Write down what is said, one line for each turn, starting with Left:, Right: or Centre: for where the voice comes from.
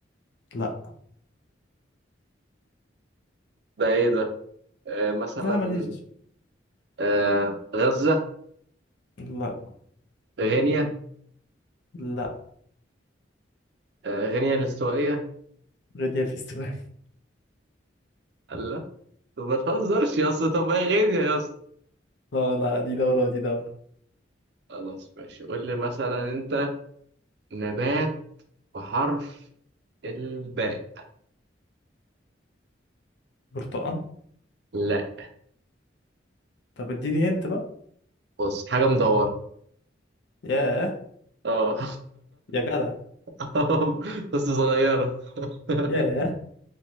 Left: لا
Right: ده ايه ده آه، مثلا
Left: لا ماليش
Right: آه، غزة
Left: لا
Right: غينيا
Left: لا
Right: آه، غينيا الاستوائية
Left: غينيا الاستوائية
Right: قال لا طب ما تهزرش يا اسطى طب ما هي غينيا يا اسطى
Left: لا لا دي دولة ودي دولة
Right: خلاص ماشي قول لي مثلا انت نبات بحرف الباء
Left: برتقال
Right: لا
Left: طب اديني هنت بقى
Right: بص حاجة مدورة
Left: ياه
Right: اه
Left: يا جدع
Right: <laughs> بس صغيرة <laughs>
Left: ياه